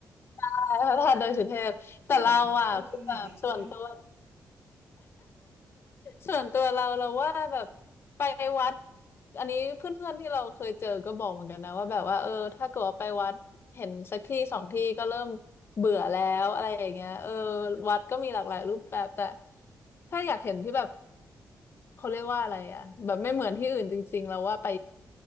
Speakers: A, on the left; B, on the right.
A: <laughs> พระธา <laughs> ตุดอยสุเทพแต่เราอ่ะคือแบบส่วนตัว
B: เดี๋ยวนะอยู่เชียงใหม่จริงปะเนี่ย
A: ส่วนตัวเราเราว่าแบบไปวัดอันนี้เพื่อนๆที่เราเคยเจอก็บอกเหมือนกันนะว่าแบบว่าเออถ้าเกิดว่าไปวัดเห็นสักที่สองที่ก็เริ่มเบื่อแล้วอะไรอย่างเงี้ยเออวัดก็มีหลากหลายรูปแบบแต่ถ้าอยากเห็นที่แบบ เขาเรียกว่าอะไรอ่ะแบบไม่เหมือนที่อื่นจริงๆแล้วว่าไป